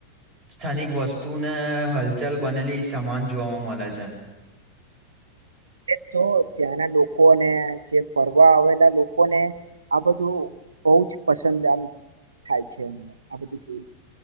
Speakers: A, on the right (about 30°); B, on the right (about 75°).
A: સ્થાનિક વસ્તુને હલચલ બનેલી સમાન જોવાવામાં મળે છે
B: <unintelligible> એટલે તો ત્યાંના લોકોને જે ફરવા આવેલા લોકોને આ બધું બહ જ પસંદ આ થાય છે એમને આ બધું જોય